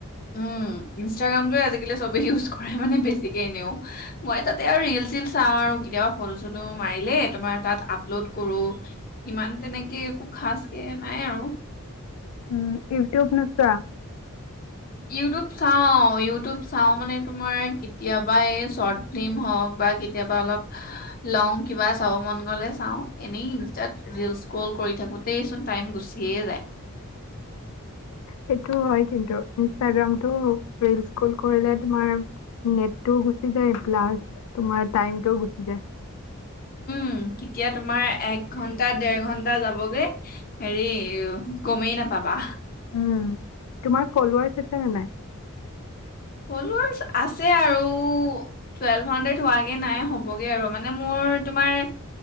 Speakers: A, on the left; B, on the left.
A: উম ইনষ্টাগ্ৰাম তোয়ে আজিকালি চবে ইউজ কৰে মানে বেছিকে এনেও। মই তাতে আৰু ৰিল চিল চাওঁ আৰু কেতিয়াবা ফটো চটো মাৰিলে তোমাৰ তাত আপলোড কৰো ইমান তেনেকে একো খাচ কে নাই আৰু।
B: উম ইউটিউব নুচোৱা?
A: ইউটিউব চাওঁ ইউটিউব চাওঁ মানে তোমাৰ কেতিয়াবা এই শৰ্ট ফিল্ম হওঁক বা কেতিয়াবা অলপ লং কিবা চাব মন গ'লে চাওঁ এনেই ইনষ্টাত ৰিল স্ক্ৰল থাকোতে চোন টাইম গুচিয়ে যায়।
B: সেইটো হয় কিন্তু ইনষ্টাগ্ৰামতটো ৰিল স্ক্ৰল কৰিলে তোমাৰ নেটটোও গুচি যায়, প্লাছ তোমাৰ টাইমটোও গুচি যায়।
A: উম কেতিয়া তোমাৰ এক ঘণ্টা তাত দেৰ ঘণ্টা যাবগে। হেৰি গমেই নাপাবা।
B: উ তোমাৰ ফলোৱাৰছ আছে নে নাই?
A: ফলোৱাৰছ আছে তে আৰু তোৱেলভ হানৰেদ হোৱাগে নাই হব গে আৰু মানে মোৰ তোমাৰ